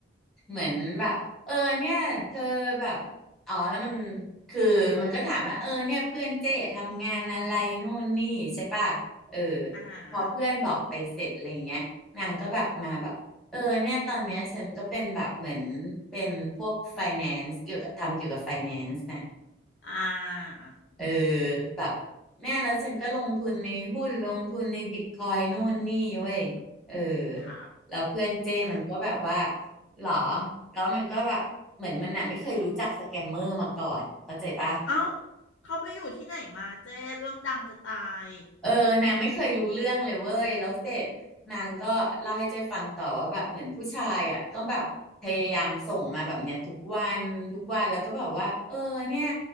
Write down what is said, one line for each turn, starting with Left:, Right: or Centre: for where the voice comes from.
Centre: เหมือนแบบเออเนี่ยเธอแบบอ๋อแล้วมันคือมันก็ถามว่าเออเนี่ยเพื่อนเจทำงานอะไรนู่นนี่ใช่ป่ะ เออ
Left: อ่า
Centre: พอเพื่อนบอกไปเสร็จอะไรเงี้ยนางก็แบบมาแบบเออเนี่ยตอนเนี้ยฉันก็เป็นแบบเหมือนเป็นพวกไฟแนนซ์เกี่ยวกับทำเกี่ยวกับไฟแนนซ์น่ะ
Left: อ่า
Centre: เออแบบเนี่ยแล้วฉันก็ลงทุนในหุ้นลงทุนในบิตคอยนู่นนี่เว้ยเออ
Left: ค่ะ
Centre: แล้วเพื่อนเจ้มันก็แบบว่า
Left: แล้ว
Centre: หรอแล้วมันก็แบบเหมือนมันน่ะไม่เคยรู้จักสแกมเมอร์มาก่อนเข้าใจปะ
Left: เอ้าเขาไปอยู่ที่ไหนมาเจ้เรื่องดังจะตาย
Centre: เออนางไม่เคยรู้เรื่องเลยเว้ยแล้วเสร็จนางก็เล่าให้เจ๊ฟังต่อว่าแบบเหมือนผู้ชายอ่ะก็แบบพยายามส่งมาแบบเนี้ยทุกวันทุกวันแล้วก็แบบว่าเออเนี่ย